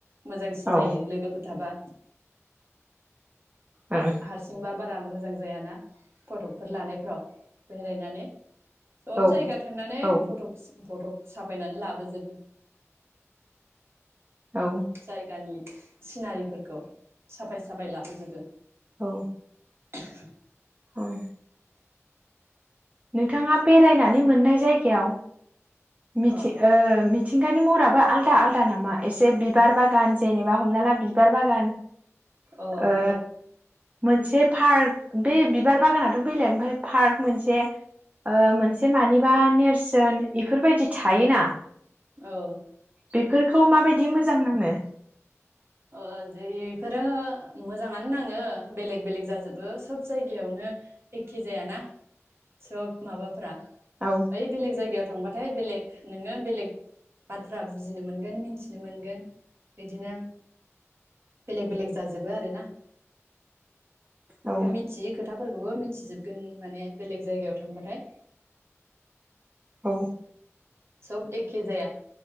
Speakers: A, on the right; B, on the right.
A: मोजांसिन
B: औ ओं
A: जायो लोगोफोर। थाबा।
B: ओं
A: हारसिंबा बात। <unintelligible> मोजां जायाना फटफोर लानायफ्राव। बेरायनानै सब
B: औ
A: जायगा थांनानै
B: औ
A: फटकस। फटक साफायनानै लाबोजोबो।
B: औ
A: जायगानि। सिनारिफोरखौ साफाय साफाय लाबोजोबो।
B: औ।
A: <inaudible>
B: उम। नोंथाङा बेरायनानै मोननाय जायगायाव मिथि
A: अ
B: ओ मिथिंगानि म फोराबो आलदा आलदा नामा एसे बिबार बागान जेनेबा हमना ला बिबार बागान
A: अ ओं
B: ओ मोनसे पार्क बे बिबार बागानाथ' बेलेग ओमफ्राय पार्क मोनसे ओ मोनसे मानिबा नेरसोन इफोरबायदि थायोना
A: औ
B: बिफोरखौ माबायदि मोजां नाङो?
A: ओ जे बिफोरो मोजाङानो नाङो बेलेग बेलेग जाजोबो सब जायगायावनो। एखे जाया ना। सब माबाफोरा
B: औ
A: ओइ बेलेग जायगायाव थांबाथाय बेलेग नोङो बेलेग बाथ्रा बुजिनो मोनगोन मिथिनो मोनगोन बिदिनो बेलेग बेलेग जाजोबो आरोना।
B: औ
A: नोङो मिथियो खो थाफोरखौबो मिथिजोबगोन माने बेलेग जायगायाव थांबाथाय
B: औ
A: सब एखे जाया